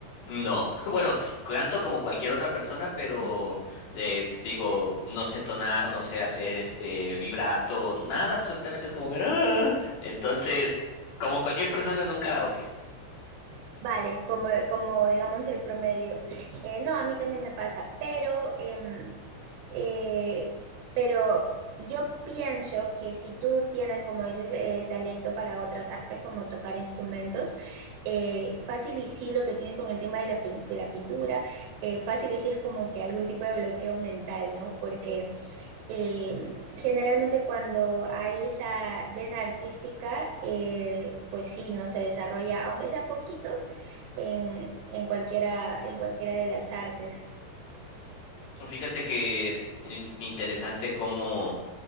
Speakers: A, on the left; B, on the right.
A: No, <laughs> bueno, canto como cualquier otra persona, pero
B: okay
A: eh, digo, no sé entonar, no sé hacer este vibrato, nada, absolutamente es como que "Ah". Entonces, como cualquier persona en un karaoke.
B: Vale, como, como digamos el promedio. Eh, no, a mí también me pasa, pero em, Eh, pero yo pienso que si tú tienes, como dices, el talento para otras artes, como tocar instrumentos, eh, fácil y sí lo que tienes con el tema de la, pin- de la pintura, eh, fácil y sí es como que algún tipo de bloqueo mental, ¿no? Porque eh, generalmente cuando hay esa vena artística, eh, pues sí, ¿no? Se desarrolla, aunque sea poquito, en, en cualquiera, en cualquiera de las artes.
A: Fíjate que in- interesante como